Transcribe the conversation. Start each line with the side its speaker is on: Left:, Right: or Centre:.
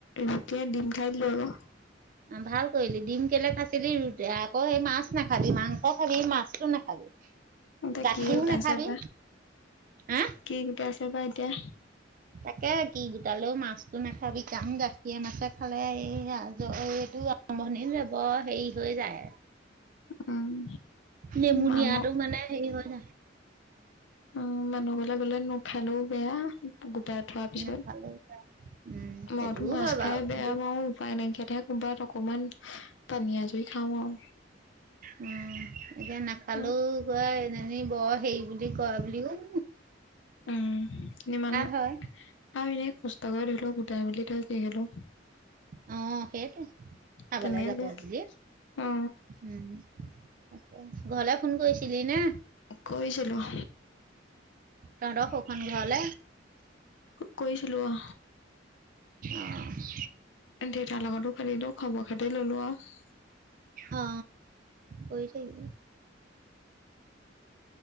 Left: ৰুটিয়ে ডিম খাই দিলোঁ আৰ
Right: ভাল কৰিলি ডিম কেলে খাইছিলি। আকৌ সেই মাছ নাখাবি মাংস খাবি সে মাছটো নাখাবি।
Left: এটা
Right: গাখীৰও
Left: কি গোটা
Right: নাখাবি
Left: চাবা,
Right: হা
Left: কি গোটা চা বা এতিয়া
Right: তাকে কি গোটালেও মাছতো নাখাবি কাম গাখীৰ মাছে খালে এ এই এইটো আৰম্ভণি যে বৰ হেৰি হৈ যায়।
Left: উম
Right: নেমুনিয়াটো
Left: মানুহ
Right: মানে হেৰি হৈ যায়।
Left: অ মানুহ গলে গলে নোখালেও বেয়া গোটাই থোৱাৰ পিছত।
Right: নাখালেও বেয়া উম
Left: মইতো
Right: সেইটোও
Left: মাছ
Right: হয় বাৰু
Left: খাই
Right: কিন্তু
Left: বেয়া পাওঁ উপায় নাইকিয়াহে কবাত অকমান পানী আজুৰি খাওঁ আৰু
Right: উম এতিয়া নাখালেও
Left: মই
Right: কয় এনেই বৰ হেই বুলি কয় উম
Left: উম ইমান
Right: হয়
Left: আৰু এনেই কষ্ট কৰি ধৰি লওক গোটাই মেলি থৈ যে হলো।
Right: অ সেইটো খাবলৈ
Left: তেনেকে
Right: যাব
Left: বেয়া
Right: বুলি
Left: অ
Right: উম। আ ঘৰলে ফোন কৰিছিলি নে?
Left: কৰিছিলোঁ
Right: তহত হৌ খন ঘৰলে
Left: কৰিছিলো অ
Right: অহ
Left: দেউতাৰ লগতো খেলিলো খবৰ খাতি ললো আৰু
Right: অ কৰি থাকিবি।